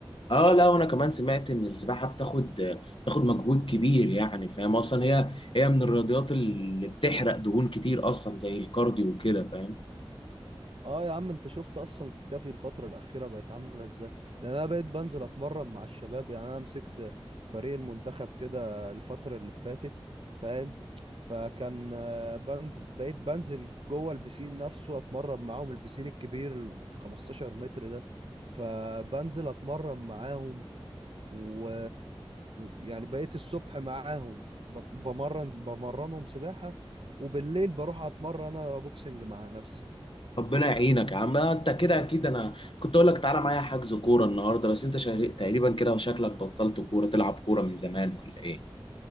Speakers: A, on the left; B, on the right.
A: اه لا وانا كمان سمعت ان السباحه بتاخد بتاخد مجهود كبير يعني فاهم اصلا هي هي من الرياضيات اللي بتحرق دهون كتير اصلا زي الكارديو وكده فاهم
B: اه يا عم انت شفت اصلا كتافي الفترة الأخيرة بقت عاملة ازاي لأن انا بقيت بنزل اتمرن مع الشباب يعني انا مسكت فريق المنتخب كده الفترة اللي فاتت فاهم فكان آه، بنز... بقيت بنزل جوه البسين نفسه اتمرن معاهم البسين الكبير ال 15 متر ده فبنزل اتمرن معاهم و يعني بقيت الصبح معاهم بت- بمرن بمرنهم سباحة وبالليل بروح اتمرن انا بوكسنج مع نفسي
A: ربنا يعينك يا عم آه، انت كده اكيد انا كنت اقول لك تعالى معايا حجز كوره النهارده بس انت شا- تقريبا كده وشكلك بطلت كوره تلعب كوره من زمان ولا ايه